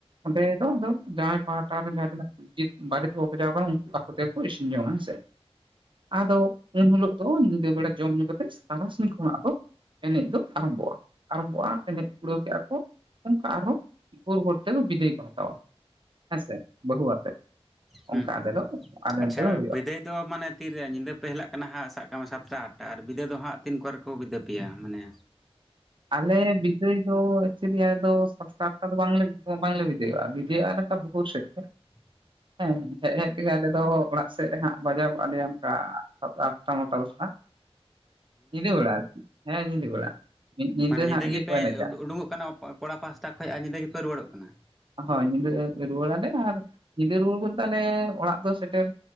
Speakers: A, on the right; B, in the centre.
A: ᱚᱸᱰᱮ ᱫᱚ ᱟᱫᱚ ᱡᱟᱦᱟᱸᱭ ᱯᱟᱦᱴᱟ ᱨᱮ ᱡᱟᱦᱟᱸ ᱛᱤᱱᱟᱹᱜ <unintelligible> ᱠᱟᱱᱟ ᱩᱱᱠᱩ ᱟᱠᱚ ᱛᱮᱠᱚ ᱤᱥᱤᱱ ᱡᱚᱝᱟ ᱦᱮᱸᱥᱮ ᱟᱫᱚ ᱩᱱ ᱦᱤᱞᱳᱜ ᱫᱚ ᱧᱤᱫᱟᱹ ᱵᱮᱲᱟ ᱡᱚᱢ ᱧᱩ ᱠᱟᱛᱮᱜ ᱛᱟᱨᱟᱥᱤᱧ ᱠᱷᱚᱱᱟᱜ ᱫᱚ ᱮᱱᱮᱡ ᱫᱚ ᱟᱨᱟᱢᱵᱷᱚᱜᱼᱟ, ᱟᱨᱟᱢᱵᱷᱚᱜᱼᱟ ᱮᱱᱮᱡ ᱯᱩᱨᱟᱹᱣ ᱠᱮᱜᱼᱟ ᱠᱚ ᱚᱱᱠᱟ ᱟᱨᱦᱚᱸ ᱵᱷᱳᱨ ᱵᱷᱳᱨ ᱛᱮ ᱵᱤᱫᱟᱹᱭ ᱠᱚ ᱦᱟᱛᱟᱣᱟ ᱦᱮᱸᱥᱮ ᱵᱟᱹᱦᱩ ᱟᱛᱮ
B: ᱦᱩᱸ
A: ᱚᱱᱠᱟ
B: ᱦᱩᱸ
A: ᱟᱞᱮ ᱫᱚ ᱟᱞᱮ
B: ᱟᱪᱪᱷᱟ
A: ᱚᱱᱛᱮ ᱫᱚ ᱦᱩᱭᱩᱜᱼᱟ
B: ᱵᱤᱫᱟᱹᱭ ᱫᱚ ᱢᱟᱱᱮ ᱛᱤᱨᱮ ᱧᱤᱫᱟᱹ ᱯᱮ ᱦᱮᱟᱜ ᱠᱟᱱᱟ ᱦᱟᱜ ᱥᱟᱵ ᱠᱟᱜ ᱢᱮ ᱥᱟᱛᱴᱟ ᱟᱴᱴᱟ ᱟᱨ ᱵᱤᱫᱟᱹᱭ ᱫᱚ ᱦᱟᱸᱜ ᱛᱤᱱ ᱠᱚᱨᱮ ᱠᱚ ᱵᱤᱫᱟᱹᱭ ᱯᱮᱭᱟ ᱢᱟᱱᱮ
A: ᱟᱞᱮ ᱵᱤᱫᱟᱹᱭ ᱫᱚ ᱮᱠᱪᱩᱭᱮᱞᱤ ᱟᱞᱮ ᱫᱚ ᱥᱟᱛᱴᱟ ᱟᱴᱴᱟ ᱫᱚ ᱵᱟᱝᱞᱮ ᱵᱟᱝᱞᱮ ᱵᱤᱫᱟᱹᱭᱚᱜᱼᱟ ᱵᱤᱫᱟᱹᱭᱼᱟ ᱞᱮᱠᱟ ᱵᱷᱚᱨ ᱥᱮᱫ
B: <inaudible>
A: ᱛᱮ ᱦᱮᱸ ᱦᱮᱡ ᱦᱮᱡ ᱛᱮᱜᱮ ᱟᱞᱮ ᱫᱚ ᱚᱲᱟᱜ ᱥᱮᱫ ᱨᱮ ᱦᱟᱸᱜ ᱵᱟᱡᱟᱣ ᱜᱚᱜ ᱟᱞᱮᱭᱟ ᱚᱱᱠᱟ ᱟᱴᱴᱟ ᱱᱚᱴᱟ ᱫᱚᱥᱴᱟ ᱧᱤᱫᱟᱹ ᱵᱮᱲᱟ, ᱦᱮᱸ ᱧᱤᱫᱟᱹ ᱵᱮᱲᱟ ᱢᱤᱫ
B: ᱢᱟᱱᱮ ᱧᱤᱫᱟᱹ
A: ᱦᱟᱸᱜ ᱤᱭᱟᱹ
B: ᱜᱮᱯᱮ
A: ᱠᱚ ᱮᱱᱮᱡᱟ
B: ᱩᱰᱩᱝᱚᱜ ᱠᱟᱱᱟ ᱠᱚᱲᱟ ᱯᱟᱥᱴᱟ ᱠᱷᱚᱭ ᱟᱨ ᱧᱤᱫᱟᱹ ᱜᱮᱯᱮ ᱨᱩᱣᱟᱹᱲᱚᱜ ᱠᱟᱱᱟ
A: ᱦᱚᱭ ᱧᱤᱫᱟᱹ ᱨᱩᱣᱟᱹᱲᱟᱞᱮ ᱟᱨ ᱧᱤᱫᱟᱹ ᱨᱩᱣᱟᱹᱲ ᱵᱚᱞᱛᱮ ᱟᱞᱮ ᱚᱲᱟᱜ ᱫᱚ ᱥᱮᱴᱮᱨ